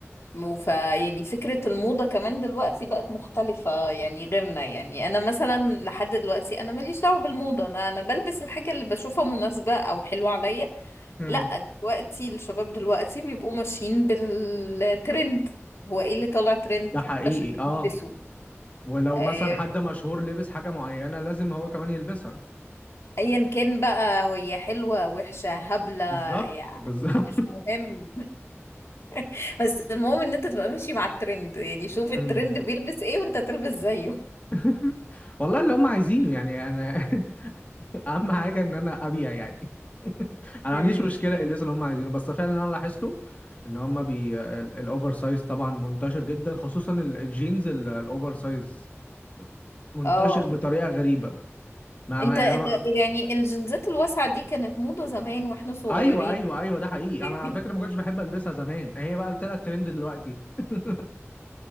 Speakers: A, on the left (about 65°); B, on the left (about 30°).
A: وف يعني فكرة الموضة كمان دلوقتي بقت مختلفة يعني غيرنا يعني أنا مثلا لحد دلوقتي أنا ماليش دعوة بالموضة أنا أنا بلبس الحاجة اللي بشوفها مناسبة أو حلوة عليا
B: امم
A: لأ دلوقتي الشباب دلوقتي بيبقوا ماشيين بالترند هو ايه اللي طالع ترند
B: ده حقيقي
A: عشان يلبسوا
B: اه ولو
A: آه،
B: مثلا حد مشهور لبس حاجه معينه لازم هو كمان يلبسها
A: ايا كان بقى هي حلوة وحشة هبلة
B: بالظبط
A: يعني
B: بالظبط
A: مش مهم <laughs> بس المهم ان انت تبقى ماشي مع الترند يعني شوف الترند
B: <laughs>
A: بيلبس ايه وانت تلبس زيه
B: <laughs> والله اللي هم عايزينه يعني انا <laughs> اهم حاجه ان انا ابيع يعني <laughs> انا ما
A: امم
B: عنديش مشكله يلبسوا اللي هم عايزينه بس فعلا انا لاحظته ان هم بي الاوفر سايز طبعا منتشر جدا خصوصا ال- الجينز ال- الاوفر سايز منتشر
A: اه
B: بطريقه غريبه ما
A: انت انت-
B: ما-
A: يعني الجنزات الواسعة دي كانت موضة زمان واحنا صغيرين
B: ايوه ايوه ايوه ده حقيقي
A: <laughs> دي
B: انا على فكره ما كنتش بحب البسها زمان هي بقى طلعت ترند دلوقتي <laughs>